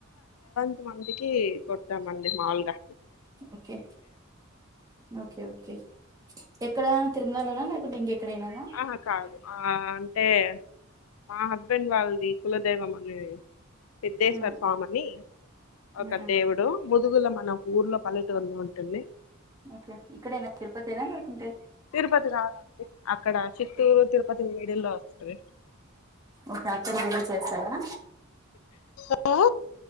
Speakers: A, on the left (about 80°); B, on the right (about 20°).
A: కొంత మందికి కొడతామండి మామూలు గా
B: ఓకే ఓకే ఓకే ఎక్కడ తిరుమలలోనా లేకుంటే ఇంకెక్కడైనానా
A: ఆ కాదు ఆ అంటే మా హస్బెండ్ వాళ్ళది కులదైవం అనేది సిద్దేశ్వర
B: మ్మ్
A: స్వామిని ఒక
B: మ్మ్
A: దేవుడు ముదుగుల మన ఊళ్లో పల్లెటూర్లో ఊర్లో ఉంటుంది
B: ఓకే ఇక్కడేనా తిరుపతి అయినా లేకుంటే
A: తిరుపతి కాదండి అక్కడ చిత్తూరు తిరుపతి మడిల్ లో వస్తది
B: ఓకే అక్కడ వెళ్లి చేస్తారా
A: ఆ